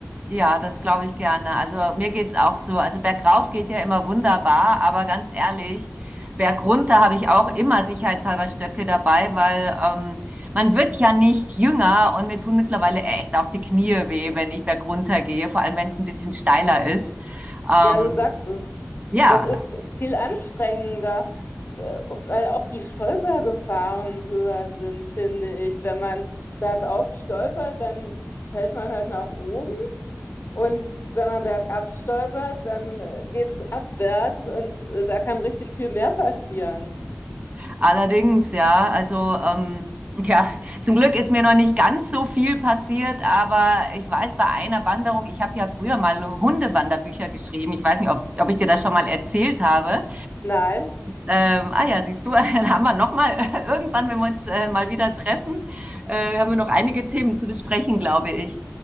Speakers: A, on the right (about 30°); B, on the left (about 50°).
A: ja, das glaube ich gerne. Also mir geht's auch so. Also bergauf geht ja immer wunderbar, aber ganz ehrlich, bergunter habe ich auch immer sicherheitshalber Stöcke dabei, weil ähm, man wird ja nicht jünger und mir tun mittlerweile echt auch die Knie weh, wenn ich bergunter gehe, vor allem wenn es ein bisschen steiler ist. Ähm,
B: Ja, du sagst es.
A: ja.
B: Das ist viel anstrengender, äh, weil auch die Stolpergefahren höher sind, finde ich. Wenn man bergauf stolpert, dann fällt man halt nach oben. Und wenn man bergab stolpert, dann äh, geht's abwärts und äh, da kann richtig viel mehr passieren.
A: Allerdings, ja, also ähm, ja, zum Glück ist mir noch nicht ganz so viel passiert, aber ich weiß bei einer Wanderung, ich habe ja früher mal Hundewanderbücher geschrieben. Ich weiß nicht, ob, ob ich dir das schon mal erzählt habe.
B: Nein,
A: Ähm, ah ja, siehst du, <laughs> dann haben wir noch mal <laughs> irgendwann, wenn wir uns äh, mal wieder treffen, äh, haben wir noch einige Themen zu besprechen, glaube ich.